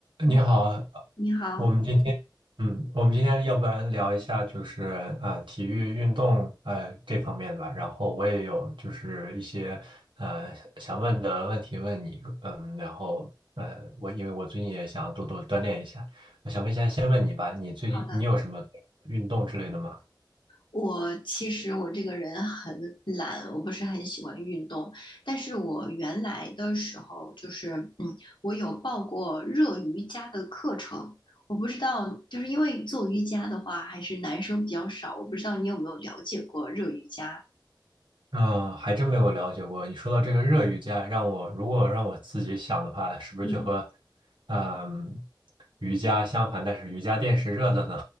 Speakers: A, on the left (about 75°); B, on the right (about 80°).
A: 你
B: 你好，
A: 你好，
B: 我们今天，嗯，我们今天要不然聊一下就是呃体育运动呃这方面吧，然后我也有就是一些呃想问的问题问你，嗯，然后呃我因为我最近也想多多锻炼一下，我想问一下，先问你吧，你最近你有什么运动之类的吗？
A: 好的。我其实我这个人很懒，我不是很喜欢运动，但是我原来的时候就是，嗯，我有报过热瑜伽的课程。我不知道，就是因为做瑜伽的话，还是男生比较少，我不知道你有没有了解过热瑜伽？
B: 嗯，还真没有了解过。你说到这个热瑜伽，让我如果让我自己想的话，是不是就和
A: 嗯。
B: 嗯瑜伽相反？但是瑜伽垫是热的呢？